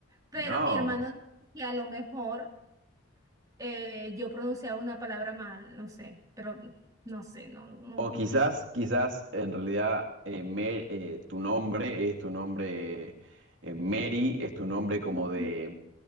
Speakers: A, on the right; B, on the right.
A: Pero
B: No.
A: mi hermano, dice que a lo mejor. eh, yo pronunciaba una palabra mal, no sé, pero no sé, no, no.
B: O quizás, quizás en realidad eh, Mer- eh, tu nombre es tu nombre eh, Mary, es tu nombre como
A: Mm,
B: de